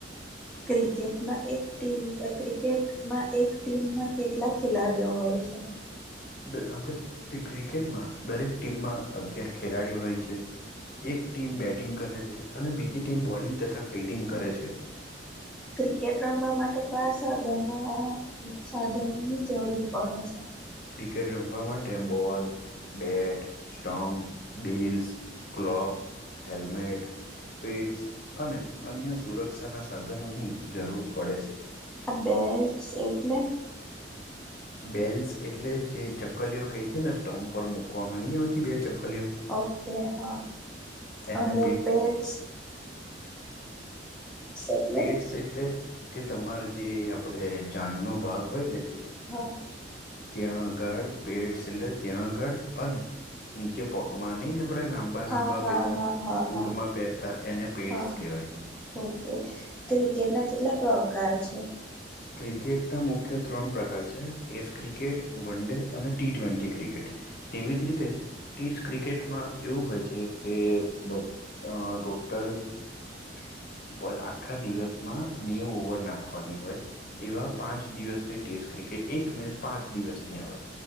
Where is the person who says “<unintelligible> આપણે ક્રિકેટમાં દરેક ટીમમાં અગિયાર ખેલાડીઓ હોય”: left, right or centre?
Left